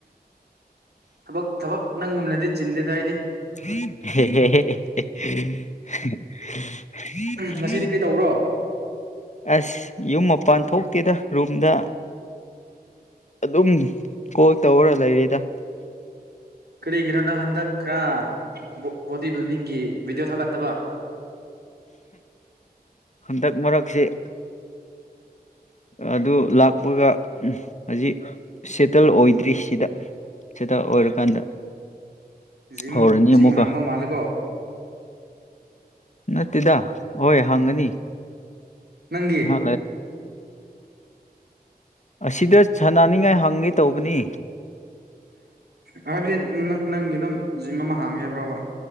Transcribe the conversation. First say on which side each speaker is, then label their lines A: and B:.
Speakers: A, on the right (about 80°); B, on the left (about 45°).
A: ꯊꯕꯛ ꯊꯕꯛ ꯅꯪꯒꯨꯝꯅꯗꯤ ꯆꯤꯟꯗꯦꯗꯥꯏꯗꯤ
B: <unintelligible>
A: ꯉꯁꯤꯗꯤ ꯀꯔꯤ ꯇꯧꯕ꯭ꯔꯣ
B: ꯑꯁ ꯌꯨꯝ ꯃꯄꯥꯟ ꯊꯣꯛꯇꯦꯗ ꯔꯨꯝꯗ ꯑꯗꯨꯝ ꯀꯣꯜ ꯇꯧꯔ ꯂꯩꯔꯦꯗ
A: ꯀꯔꯤꯒꯤꯅꯣ ꯅꯪ ꯍꯟꯗꯛ ꯈꯔ ꯕꯣꯗꯤ ꯕꯤꯜꯗꯤꯡꯒꯤ ꯚꯤꯗꯤꯑꯣ ꯊꯥꯒꯠꯇꯕ
B: ꯍꯟꯗꯛ ꯃꯔꯛꯁꯤꯦ
A: <unintelligible>
B: ꯑꯗꯨ ꯂꯥꯛꯄꯒ ꯍꯧꯖꯤꯛ ꯁꯦꯇꯜ ꯑꯣꯏꯗ꯭ꯔꯤꯁꯤꯗ ꯁꯤꯗ ꯑꯣꯏꯔꯀꯥꯟꯗ
A: ꯖꯤꯝ
B: ꯍꯧꯔꯅꯤ
A: ꯖꯤꯝ
B: ꯑꯃꯨꯛꯀ
A: ꯍꯥꯡꯗꯧ ꯃꯥꯂꯦꯀꯣ
B: ꯅꯠꯇꯦꯗ ꯍꯣꯏ ꯍꯪꯉꯅꯤ
A: ꯅꯪꯒꯤ
B: ꯍ ꯑꯁꯤꯗ ꯁꯥꯟꯅꯅꯤꯡꯉꯥꯏ ꯍꯪꯒꯦ ꯇꯧꯕꯅꯤ
A: ꯍꯥꯏꯕꯗꯤ ꯅꯪꯒꯤ ꯑꯗꯨꯝ ꯖꯤꯝ ꯑꯃ ꯍꯥꯡꯉꯦꯕ꯭ꯔꯣꯕ